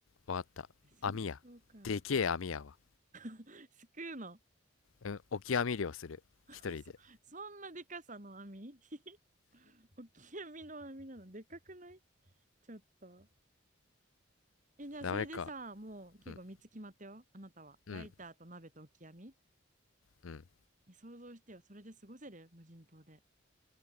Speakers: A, on the left; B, on the right.
A: わかった。
B: シンか。
A: 網や。でけえ網やわ。
B: <laughs> すくうの。
A: うん、オキアミ漁する。一人で。
B: あそそんなでかさの網 <laughs> 大きい網 <laughs> の網なのでかくないちょっと。え、じゃあそれでさ、
A: ダメか。
B: もう結構3つ決まったよ。
A: うん、
B: あなたは。ライターと鍋と置き網。
A: うん、うん。
B: え想像してよ。それで過ごせる無人島で。